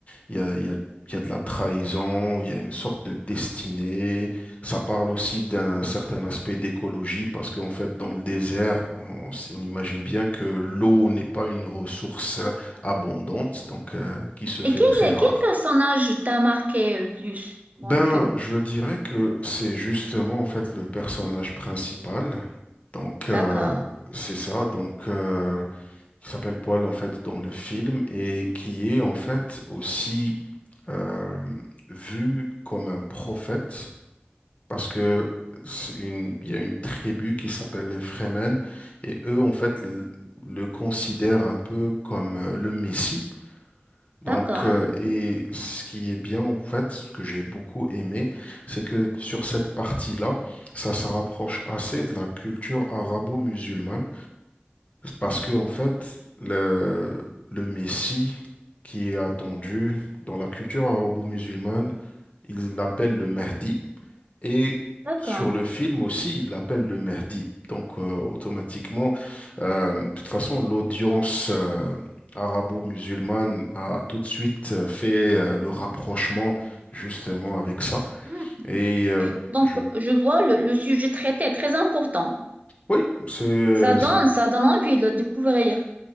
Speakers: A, on the left; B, on the right.
A: il y a, il y a- il y a de la trahison, il y a une sorte de destinée. Ça parle aussi d'un certain aspect d'écologie parce qu'en fait, dans le désert, on, s- on imagine bien que l'eau n'est pas une ressource abondante, donc euh, qui se fait
B: Et quel,
A: très rare.
B: quel personnage t'a marqué le plus dans
A: Ben,
B: le film?
A: je dirais que c'est justement en fait le personnage principal. Donc euh,
B: D'accord,
A: c'est ça. Donc euh, qui s'appelle Paul en fait dans le film et qui est en fait aussi euh, vu comme un prophète parce que c'est une- il y a une tribu qui s'appelle les Fremen et eux en fait l- le considèrent un peu comme euh, le Messie. Donc
B: d'accord,
A: euh, et
B: Hmm.
A: ce qui est bien en fait, ce que j'ai beaucoup aimé, c'est que sur cette partie-là, ça se rapproche assez de la culture arabo-musulmane parce que en fait le le Messie qui est attendu dans la culture arabo-musulmane il l'appelle le Mahdi et
B: d'accord.
A: sur le film aussi, il l'appelle le Mahdi. Donc euh, automatiquement, euh, de toute façon, l'audience euh, arabo-musulmane a tout de suite euh, fait euh, le rapprochement justement avec ça.
B: Hmm.
A: Et euh,
B: Donc,
A: je,
B: je vois le, le sujet traité, très important.
A: oui, c'est,
B: Ça donne,
A: c'est,
B: ça donne envie de le découvrir.